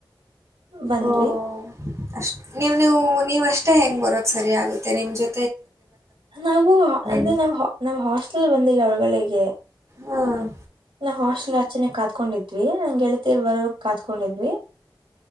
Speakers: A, on the right; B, on the right.
A: ಬಂದ್ವಿ
B: ಓ ಅಷ್ಟ ನೀವು ನೀವು ನೀವ್ ಅಷ್ಟ.. ತಿ ಹೆಂಗ್ ಬರೋಧ್ ಸರಿ ಆಗುತ್ತೆ ನಿಮ್ ಜೊ...
A: ನಾವು ಅಂದ್ರೆ
B: ನೀವು
A: ನಾವ್ ನಾವ್ ಹಾಸ್ಟೆಲ್ ಬಂದಿಲ್ಲ ವಲ್ಗಳೆಗೆ... ಕೆ
B: ಹ್ಮ್
A: ನಾವ್ ಹಾಸ್ಟೆಲ್ ಆಚ್ಚನೆ ಕಾತ್ಕೊಂಡಿದ್ವಿ ನಂಗ್ ಗೆಳತರ್ ಬರೋರ್ಗ್ ಕಾತ್ಕೊಂಡಿದ್ವಿ